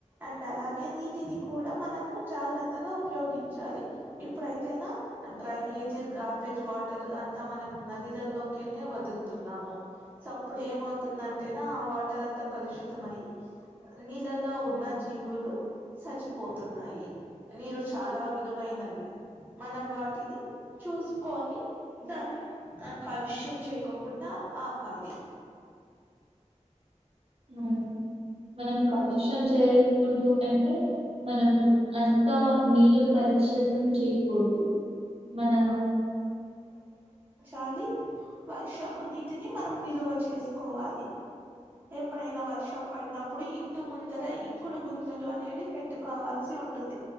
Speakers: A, on the right (about 15°); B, on the right (about 50°).
A: అండ్ అలాగే. నీటిని కూడా మనము జాగ్రత్తగా ఉపయోగించాలి. ఇప్పుడైతేనా డ్రైనేజ్ గార్బేజ్ వాటర్ అంతా మనము నదిలలోకేనే వదులుతున్నాము సో అప్పుడు ఏమవుతుందంటేనా ఆ వాటర్ అంత. కలుషితమైి నీళ్లల్లో ఉన్నజ్జ్. జీవులు సచపోతున్నాయి నీరు చాలా విలువైనవి మనం వాటిని చూసుకొని దాన్ని కాలుష్యం చెయ్యకుండా ఆపాలి.
B: అ మనం కాలుష్యం చేయకూడదు అంటే మనం అంతా నీళ్లు కలుషితం చేయకూడదు మన
A: వలి వర్షపు నీటిని మనం నిల్వ చేసుకోవాలి ఎప్పుడైనా వర్ష సంపడన అప్పుడు ఇంటి ముందర ఇం ఇంకుడు గున్ తలు అనేవి పెట్టుకోవాల్సి ఉంటుది